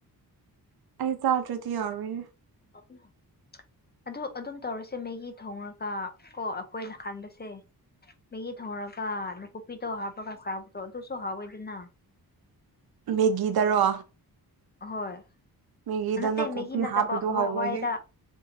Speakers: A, on the right; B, on the left.
A: ꯑꯩ ꯆꯥꯗ꯭ꯔꯗꯤ ꯌꯥꯔꯣꯢꯌꯦ
B: <inaudible> ꯑꯗꯨ ꯑꯗꯨꯝ ꯇꯧꯔꯁꯦ ꯃꯦꯒꯤ ꯊꯣꯡꯔꯒ ꯀꯣ ꯑꯩꯈꯣꯏꯅ ꯈꯥꯟꯕꯁꯦ ꯃꯦꯒꯤ ꯊꯣꯡꯔꯒ ꯅꯣꯀꯨꯞꯄꯤꯗꯣ ꯍꯥꯞꯄꯒ ꯆꯥꯕꯗꯣ ꯑꯗꯨꯁꯨ ꯍꯥꯎꯋꯦꯗꯅ
A: ꯃꯦꯒꯤꯗꯔꯣ
B: ꯍꯣꯏ
A: ꯃꯦꯒꯤꯗ
B: ꯅꯠꯇꯦ
A: ꯅꯥꯀꯨꯞꯄꯤ
B: ꯃꯦꯒꯤ ꯅꯠꯇꯕ
A: ꯍꯥꯞꯄꯗꯣ
B: ꯋꯥꯏ
A: ꯍꯧꯔꯣꯏꯍꯦ
B: - ꯋꯥꯢꯗ